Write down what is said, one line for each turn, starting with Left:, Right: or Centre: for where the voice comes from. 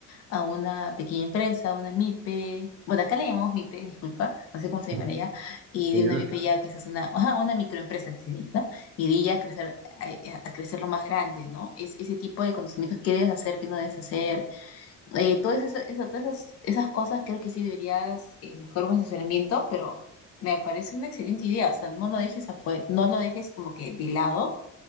Left: a una pequeña empresa, una MIPE, bueno, acá le llamamos MIPE, disculpa, no sé cómo se llaman
Right: Ujú.
Left: allá, y
Right: Pues
Left: de
Right: ya
Left: una
Right: no-
Left: MIPE ya quizás una, ajá, una microempresa, sí, ¿no? Y de ella crecer, a, a crecer lo más grande, ¿no? Es, ese tipo de conocimientos, qué debes hacer, qué no debes hacer, eh, todo eso, eso- todas esas, esas cosas creo que sí deberías eh, buscar un asesoramiento, pero me parece una excelente idea, o sea, no lo dejes afuera, no lo dejes como que de lado,